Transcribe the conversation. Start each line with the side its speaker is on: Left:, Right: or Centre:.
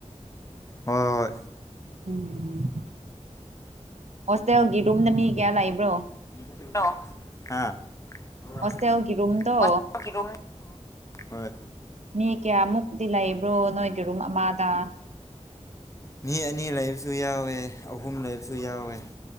Left: ꯍꯣꯏ ꯍꯣꯏ
Right: ꯎꯝ ꯍꯣꯁꯇꯦꯜꯒꯤ ꯔꯨꯝꯗ ꯃꯤ ꯀꯌꯥ ꯂꯩꯕ꯭ꯔꯣ
Left: <unintelligible>
Right: ꯍꯣꯁꯇꯦꯜꯒꯤ ꯔꯨꯝꯗꯣ
Left: ꯑꯣ ꯍꯣꯏ
Right: ꯃꯤ ꯀꯌꯥꯃꯨꯛꯇꯤ ꯂꯩꯕ꯭ꯔꯣ ꯅꯣꯏꯒꯤ ꯔꯨꯝ ꯑꯃꯗ
Left: ꯃꯤ ꯑꯅꯤ ꯂꯩꯕꯁꯨ ꯌꯥꯎꯋꯦ ꯑꯍꯨꯝ ꯂꯩꯕꯁꯨ ꯌꯥꯎꯋꯦ